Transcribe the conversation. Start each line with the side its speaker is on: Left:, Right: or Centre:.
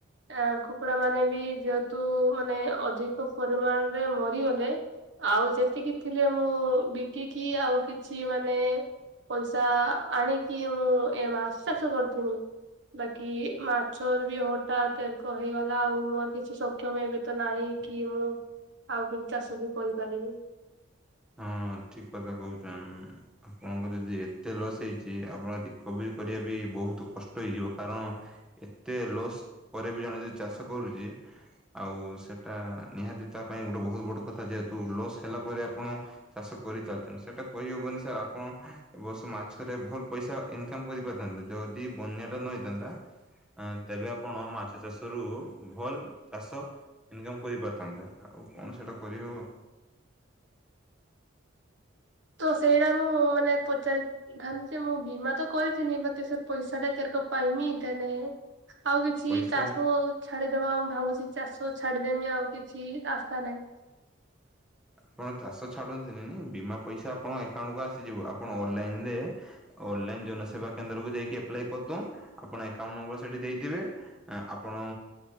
Right: ଆ କୁକୁଡା ମାନେ ବି ଯେହେତୁ ମାନେ ଅଧିକ ପରିମାଣ ରେ ମରିଗଲେ ଆଉ ଯେତିକି ଥିଲେ ମୁଁ ବିକିକି ଆଉ କିଛି ମାନେ ପଇସା ଆଣିକି ମୁଁ ଏ ମାଛ ଚାଷ କରିଥିନି। ବାକି ମାଛର ବି ହଠାତ୍ ଏରକ ହେଇଗଲା ଆଉ ମୋର କିଛି ସକ୍ଷମ ଏବେ ତ ନାହିଁ କି ମୁଁ ଆଉ କିଛି ଚାଷ ବି କରିପାରିବି
Centre: ହଁ। ହଁ ଠିକ କଥା କହୁଛ, ଆପଣଙ୍କ ଯଦି ଏତେ ଲସ୍ ହେଇଛି ଆପଣ ରିକଭରି କରିବା ବି ବହୁତ କଷ୍ଟ ହେଇଯିବ କାରଣ ଏତେ ଲସ୍ ପରେ ବି ଜଣେ ଯଦି ଚାଷ କରୁଛି। ଆଉ ସେଟା ନିହାତି ତା ପାଇଁ ଗୋଟେ ବହୁତ ବଡ କଥା। ଯେହେତୁ ଲସ୍ ହେଲା ପରେ ଆପଣ ଚାଷ କରିଚାଲିଛନ୍ତି। ସେଟା କହିହବନି ସାର୍ ଆପଣ ଏବର୍ଷ ମାଛରେ ଭଲ ପଇସା ଇନକମ କରିପାରିଥାନ୍ତି। ଯଦି ବନ୍ୟାଟା ନହେଇଥାନ୍ତା। ତେବେ ଆପଣ ମାଛଚାଷରୁ ଭଲ ଚାଷ ଇନକମ୍ କରିପାରିଥାନ୍ତେ, ଆଉ କଣ ସେଟା କରିହେବ
Right: ତ ସେଇଟା ମୁଁ ମାନେ ପଚାରିଥାନ୍ତି ଯେ ମୁଁ ବୀମା ତ କରିିଥିନି ବାକି ସେ ପଇସାଟା କେ ପାଇମି ତାେ ଆଉ କିଛି
Centre: ପଇସା
Right: ଚାଷ ଛାଡିଦବା ମୁ ଭାବୁଛି। ଚାଷ ଛାଡଦେମି ଆଉ କିଛି ଆଶା ନାହିଁ।
Centre: ଆପଣ ଚାଷ ଛାଡନ୍ତୁନି ବୀମା ପଇସା ଆପଣଙ୍କ ଆକାଉଣ୍ଟକୁ ଆସିଯିବ ଆପଣ ଅନ୍ଲାଇନରେ ଅନଲାଇନ୍ ଜନସେବା କେନ୍ଦ୍ରକୁ ଯାଇକି ଆପ୍ଲାଏ କରିଦବୁ ଆପଣ ଆକାଉଣ୍ଟ ନମ୍ବର ସେଠି ଦେଇଥିବେ ଆପଣ